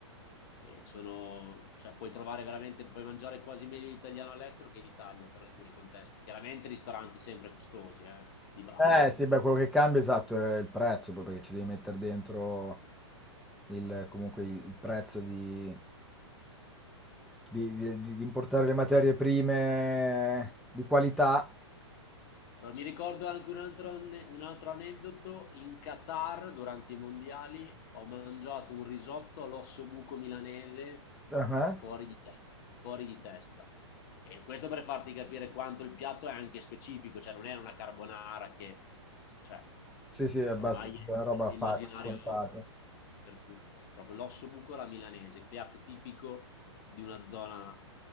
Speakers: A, on the left; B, in the centre.
A: eh, sono, cioè puoi trovare veramente, puoi mangiare quasi meglio italiano all'estero che in Italia per alcuni contesti. Chiaramente ristoranti sempre costosi, eh, di base.
B: Eh, sì, beh, quello che cambia esatto è il prezzo, poi perché ci devi mettere dentro il, comunque il il prezzo di, Di di di di importare le materie prime di qualità.
A: Però mi ricordo anche un altro, anne- un altro aneddoto, in Qatar durante i mondiali ho mangiato un risotto all'osso buco milanese
B: Ah-ah.
A: fuori di, te- fuori di testa. E questo per farti capire quanto il piatto è anche specifico, cioè non era una carbonara che, cioè,
B: Sì, sì, è abbast
A: ormai
B: una roba
A: è nell'immaginario
B: facile, scontata.
A: per tutti. Proprio l'osso buco alla milanese, piatto tipico di una zona